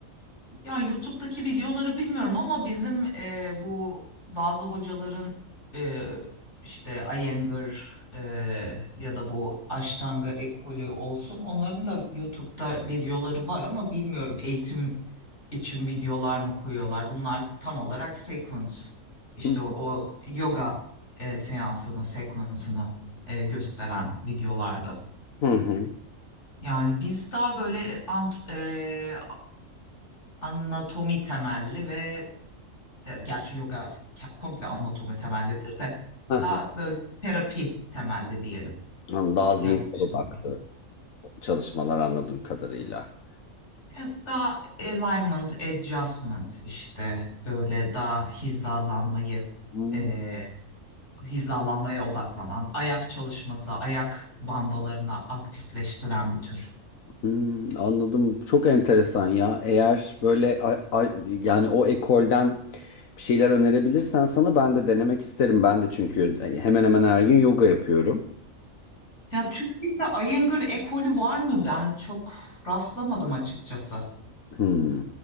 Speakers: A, on the left; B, on the left.
A: Ya YouTube'daki videoları bilmiyorum ama bizim e, bu bazı hocaların e, işte Iyengar e, ya da bu Ashtanga ekolü olsun onların da YouTube'da videoları var ama bilmiyorum eğitim için videolar mı koyuyorlar. Bunlar tam olarak sequence işte
B: Hı
A: o, o yoga e, seansını sequence'ını e, gösteren videolarda.
B: hı. hı.
A: Yani biz daha böyle ant- e, anatomi temelli ve Evet, gerçi yoga ke- komple anatomi temellidir de
B: Hı
A: daha
B: hı.
A: böyle terapi temelli diyelim
B: Anladım. Daha zihinsel
A: yaklaşım.
B: odaklı çalışmalar anladığım kadarıyla.
A: Evet, daha alignment, adjustment işte böyle daha hizalanmayı
B: Hı.
A: e, hizalanmaya odaklanan, ayak çalışması, ayak bandalarına aktifleştiren bir tür.
B: Hmm, anladım. Çok enteresan ya. Eğer böyle a- a- yani o ekolden bir şeyler önerebilirsen sana ben de denemek isterim. Ben de çünkü hani, hemen hemen her gün yoga yapıyorum.
A: Ya Türkiye'de Iyengar ekolü var mı? Ben çok rastlamadım açıkçası.
B: Hmm.